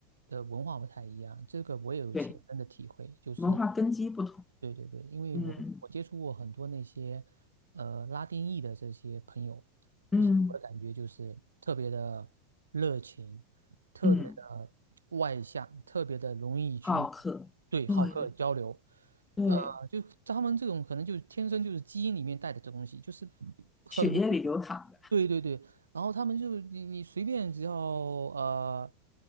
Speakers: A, on the right (about 85°); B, on the left (about 15°).
A: 的文化不太一样，这个我也有切身的体会，
B: 对，
A: 就是
B: 文化根基不同，
A: 对对对，因为我我接触过很多那些呃拉丁裔的这些朋友，
B: 嗯
A: 就是我的感觉就是特别的热情，
B: 嗯
A: 特别的外向，
B: 嗯，
A: 特别的容易去
B: 好客，
A: 对好客交流。
B: 对对对，
A: 呃，就他们这种可能就是天生就是基因里面带的这东西，就是很容易。
B: 血液里流淌的，
A: 对对对，然后他们就你你随便只要呃